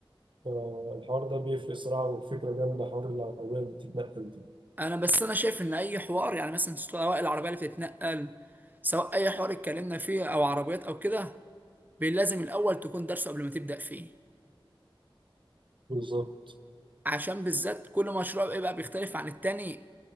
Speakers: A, on the right; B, on the right.
A: فالحوار ده بيفرق صراحة والفكرة جنب حوار العربية اللي بتتنقل دي
B: انا بس انا شايف ان اي حوار يعني مثلا سواء العربيه اللي بتتنقل سواء اي حوار اتكلمنا فيه او عربيات او كده لازم الاول تكون درسه قبل ما تبدا فيه
A: بالظبط
B: عشان بالذات كل مشروع بيبقى بيختلف عن التاني